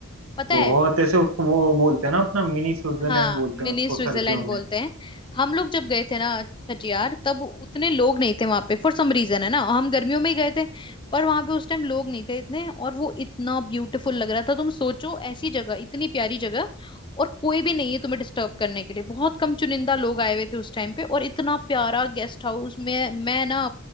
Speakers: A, on the left (about 20°); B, on the right (about 80°).
A: पता
B: बहुत
A: है
B: ऐसे उसको वो बोलते हैं ना अपना मिनी स्विट्जरलैंड
A: हाँ
B: बोलते
A: मिनी
B: हैं उसको
A: स्विट्जरलैंड
B: सर्दियों
A: बोलते
B: में
A: हैं हम लोग जब गए थे ना खजियार तब उतने लोग नहीं थे वहां पे फॉर सम रीजन है ना हम गर्मियों में ही गए थे पर वहां पे उस टाइम लोग नहीं थे इतने और वो इतना ब्यूटीफुल लग रहा था तुम सोचो ऐसी जगह इतनी प्यारी जगह और कोई भी नहीं है तुम्हें डिस्टर्ब करने के लिए बहुत कम चुनिंदा लोग आए हुए थे उस टाइम पे और इतना प्यारा गेस्ट हाउस में मैं ना